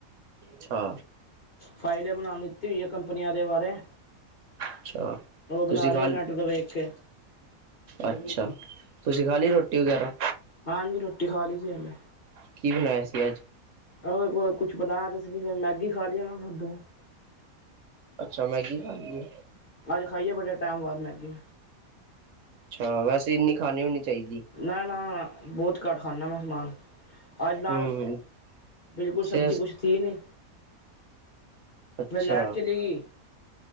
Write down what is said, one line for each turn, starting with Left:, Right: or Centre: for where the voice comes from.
Right: ਅੱਛਾ।
Left: ਫਾਈਲ ਬਨਾਣ ਦਿੱਤੀ ਹੋਈ ਹੈ ਕੰਪਨੀਆਂ ਦੇ ਬਾਰੇ।
Right: ਅੱਛਾ
Left: ਉਹ ਬਨਾ
Right: ਤੁਸੀਂ
Left: ਰਹੇ
Right: ਖਾ
Left: ਆ ਨੈਟ ਤੋਂ ਵੇਖ ਕੇ।
Right: ਅੱਛਾ ਤੁਸੀਂ ਖਾ ਲਈ ਰੋਟੀ ਵਗੈਰਾ
Left: ਹਾਂਜੀ ਰੋਟੀ ਖਾ ਲਈ ਸੀ ਪਹਲੇ।
Right: ਕੀ ਬਨਾਇਆ ਸੀ ਅੱਜ
Left: ਉਹ ਕੁੱਛ ਬਣਾਇਆ ਤਾਂ ਨਹੀਂ ਸੀ ਫਿਰ ਮੈਗੀ ਖਾ ਲਈ ਹੁਣ ਤੇ <unintelligible>
Right: ਅੱਛਾ ਮੈਗੀ ਖਾਂਦੀ ਹੈ।
Left: ਅੱਜ ਖਾਈਏ ਬੜੇ ਟੈਮ ਬਾਅਦ ਮੈਗੀ।
Right: ਅੱਛਾ ਵੈਸੇੰ ਇੰਨੀ ਖਾਨੀ ਵੀ ਨੀ ਚਾਹੀਦੀ।
Left: ਨਾ ਨਾ ਬੋਤ ਘੱਟ ਖਾਂਨਾ ਮੈਂ ਸਮਾਨ। ਅੱਜ ਨਾਲ
Right: ਹੂੰ
Left: ਬਿਲਕੁੱਲ
Right: ਸਿਹਤ
Left: ਸਬਜ਼ੀ ਕੁੱਸ਼ ਥੀ ਨਹੀਂ
Right: ਅੱਛਾ
Left: ਫੇਰ ਲੈਟ ਚਲੀ ਗਈ।